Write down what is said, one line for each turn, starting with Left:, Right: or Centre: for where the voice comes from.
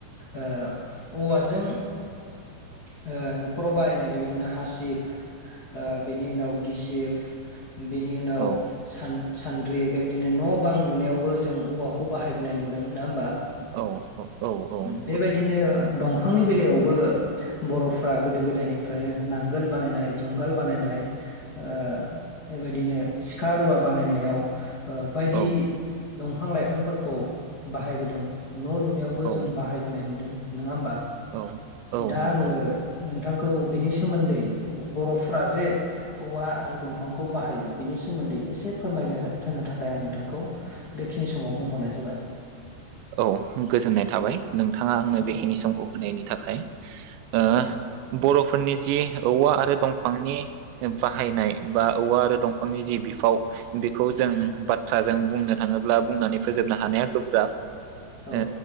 Left: ओ औवाजों ओ न'खराव बाहायनाय बेबायदिनो हासिब ओ बेनि उनाव गिसिफ बेनि उनाव
Right: औ
Left: सान सान्द्रि बेबायदिनो न' बां लुनायावबो जों औवाखौ बाहायबोनाय नुदों नङा होमबा?
Right: औ औ औ औ
Left: बेबायदिनो दंफांनि बेलायावबो बर'फ्रा गोदो गोदायनिफ्रायनो नांगोल बानायनाय जुंगाल बानायनाय ओ बेबायदिनो सिखा रुवा बानायनायाव ओ बायदि
Right: औ
Left: दं बिफां लाइफांफोरखौ बाहायबोदों न' लुनायावबो
Right: औ
Left: जों बाहाय नुदों नङा होमबा
Right: औ औ
Left: दा
Right: नंगौ
Left: आङो नोंथां खौ बिनि सोमोन्दै बर'फ्रा जे औवा आरो दंफांखौ बाहायो बिनि सोमोन्दै एसे फोरमायनो होनो थाखाय आं नोंथांखौ बेखिनि समाव बुंहरनाय जाबाय
Right: औ गोजोननाय थाबाय। नोंथाङा आंनो
Left: औ
Right: बेखिनि समखौ होनायनि थाखाय। ओ
Left: औ
Right: बर'फोरनि जि औवा आरो दंफांनि बाहायनाय, बा औवा आरो दंफांनि जि बिफाव बेखौ जों
Left: औ
Right: बाथ्राजों बुंनो थाङोब्ला बुंनानै फोजोबनो हानाया गोब्राब। आ
Left: औ